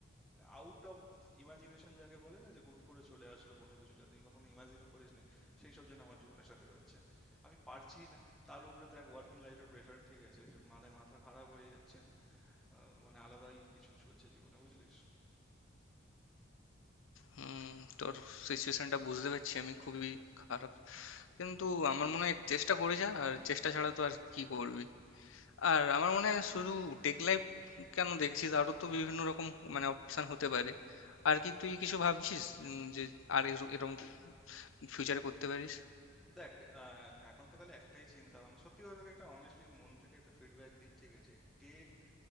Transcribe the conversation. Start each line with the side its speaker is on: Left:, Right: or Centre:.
Centre: আউট অফ ইমাজিনেশন যাকে বলে না যে হুট করে চলে আসলো কোনো কিছু যা তুমি কখনো ইমাজিনও করিসনি সেই সব যেন আমার জীবনের সাথে হচ্ছে আমি পারছি না তার উপরে তো এক ওয়ার্কিং লাইফের প্রেশার ঠিক আছে মানে মাথা খারাপ হয়ে যাচ্ছে আহ, মানে আলাদাই কিছু চলছে জীবনে বুঝলিস
Left: হুম তোর সিচুয়েশনটা বুঝতে পারছি আমি খুবই খারাপ কিন্তু আমার মনে হয় চেষ্টা করে যা আর চেষ্টা ছাড়া তো আর কি করবি আর আমার মনে হয় শুধু টেক লাইফ কেন দেখছিস আরো তো বিভিন্ন রকম মানে অপশন হতে পারে আর কি তুই কিছু ভাবছিস উম, যে আর এর- এরকম ফিউচারে করতে পারিস
Centre: দেখ আহ, এখন তো খালি একটাই চিন্তা ভাবনা সত্যি কথা তোকে একটা অনেস্টলি মন থেকে একটা ফিডব্যাক দিই ঠিক আছে টেক